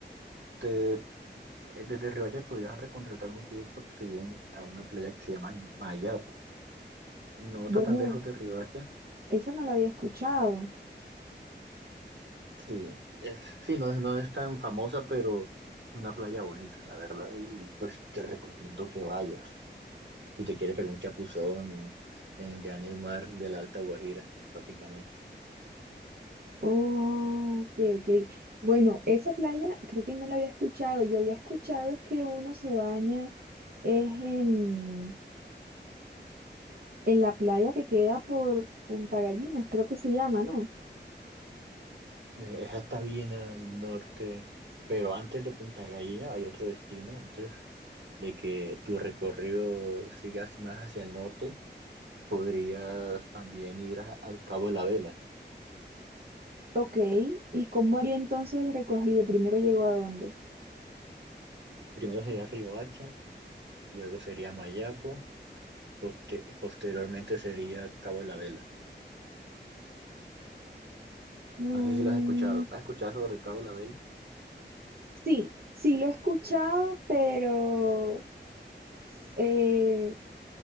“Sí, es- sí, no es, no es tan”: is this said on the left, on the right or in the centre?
Right